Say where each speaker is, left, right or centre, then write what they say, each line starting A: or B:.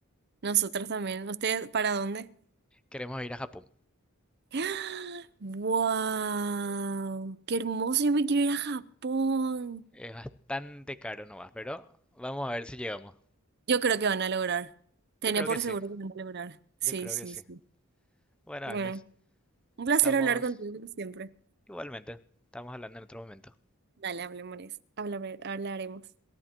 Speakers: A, on the right; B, in the centre.
A: nosotros también. ¿Ustedes para dónde?
B: Queremos ir a Japón.
A: <gasps> ¡Wow! ¡Qué hermoso! Yo me quiero ir a Japón.
B: Es bastante caro nomás, pero vamos a ver si llegamos.
A: Yo creo que van a lograr. Tenía
B: Yo creo
A: por
B: que sí,
A: seguro que van a lograr. Sí,
B: yo creo
A: sí,
B: que sí.
A: sí.
B: Bueno,
A: Bueno,
B: Agnes,
A: un
B: estamos
A: placer hablar contigo como siempre.
B: igualmente, estamos hablando en otro momento.
A: Dale, hablemos. Hablar- hablaremos.